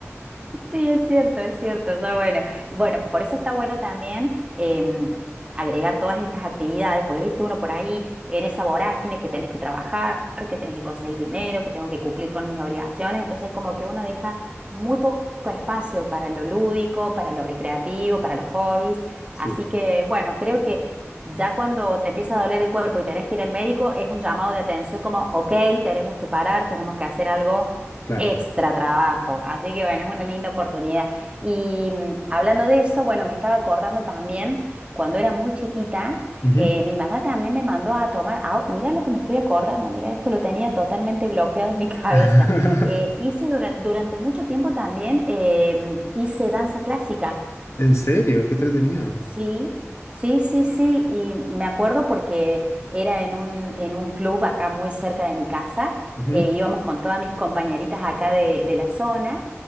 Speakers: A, on the right; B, on the left.
A: sí, es cierto, es cierto. Ya bueno, bueno, por eso está bueno también em, agregar todas estas actividades, porque viste uno por ahí en esa vorágine que tenés que trabajar, que tenés que conseguir dinero, que tengo que cumplir con mis obligaciones, entonces como que uno deja muy poco espacio para lo lúdico, para lo recreativo, para los hobbies.
B: Sí,
A: Así que bueno, creo que ya cuando te empieza a doler el cuerpo y tenés que ir al médico, es un llamado de atención como, ok, tenemos que parar, tenemos que hacer algo.
B: claro.
A: extra trabajo. Así que bueno, es una linda oportunidad. Y mm, hablando de eso, bueno, me estaba acordando también, cuando era muy chiquita,
B: Ujú.
A: eh, mi mamá también me mandó a tomar, ah, mira lo que me estoy acordando, mira, esto lo tenía totalmente bloqueado en mi <laughs> cabeza.
B: <laughs>
A: Eh, hice dura- durante mucho tiempo también, eh, hice danza clásica.
B: ¿En serio? Qué entretenido.
A: Sí, sí, sí, sí, y me acuerdo porque era en un, en un club acá muy cerca de mi casa,
B: Ujú.
A: eh, íbamos con todas mis compañeritas acá de, de la zona